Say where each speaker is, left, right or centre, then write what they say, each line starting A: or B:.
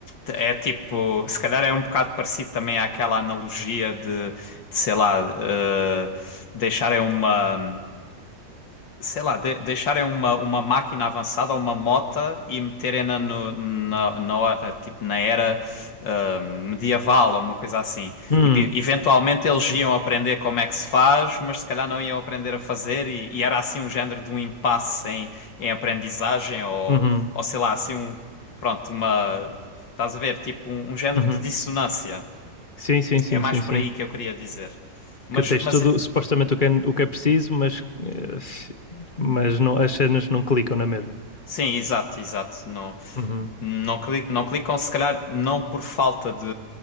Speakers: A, on the left; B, on the left.
A: é tipo, se calhar é um bocado parecido também àquela analogia de, de sei lá, eh, deixarem uma. sei lá, de- deixarem uma, uma máquina avançada, uma mota e meterem-na no- na, na, ho- eh, tipo, na era ah, medieval ou uma coisa assim.
B: Hum,
A: Tipo, e- eventualmente eles iam aprender como é que se faz, mas se calhar não iam aprender a fazer e, e era assim um género de um impasse em, em aprendizagem ou,
B: uhum,
A: ou sei lá, assim um, pronto, uma, estás a ver, tipo um, um género
B: uhum.
A: de dissonância.
B: Sim, sim, sim,
A: É mais
B: sim,
A: por
B: sim.
A: aí que eu queria dizer. Mas,
B: Que tens
A: mas
B: tudo, supostamente o que é, o que é preciso, mas, eh, mas não, as cenas não clicam na mesma.
A: sim, exato, exato. Não,
B: Uhum,
A: Não, cli- não clicam, se calhar não por falta de.